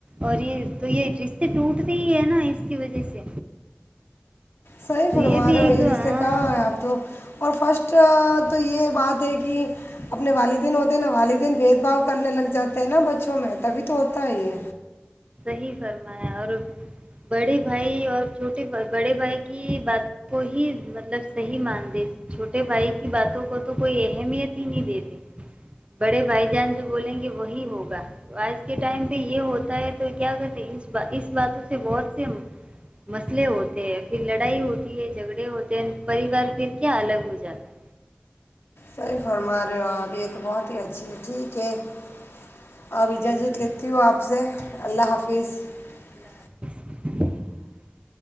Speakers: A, on the right; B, on the left.
A: اور یہ تو یہ رشتے ٹوٹتے ہی ہے نا اس کی وجہ سے
B: صحیح
A: تو
B: فرما
A: بھی
B: رہے ہو
A: ایک
B: یہ
A: ہاں
B: رشتے کہاں ہے اب تو اور فرسٹ تو یہ بات ہے کہ اپنے والدین ہوتے ہیں نا والدین بھید بھاؤ کرنے لگ جاتے ہیں نا بچوں میں تبھی تو ہوتا ہے یہ
A: صحیح فرمایا اور بڑے بھائی اور چھوٹے بڑے بھائی کی باتوں کو ہی مطلب صحیح مان چھوٹے بھائی کی باتوں کو تو کوئی اہمیت ہی نہیں دیتے بڑے بھائی جان جو بولیں گے وہی ہوگا آج کے ٹائم پہ یہ ہوتا ہے تو کیا کہتے ہیں اس باتوں سے بہت سے مسئلے ہوتے ہیں پھر لڑائی ہوتی ہے جھگڑے ہوتے ہیں پریوار پھر کیا الگ ہو جاتا ہے
B: صی فرما رہے ہو آپ یہ تو بہت ہی اچھی ہے ٹھیک ہے <unintelligible> اوربزا
A: ٹھیک
B: جوت لیتی
A: ہے،
B: ہوں آپ سے
A: ٹھیک
B: <unintelligible> اللہ حافظ <unintelligible>
A: <inaudible>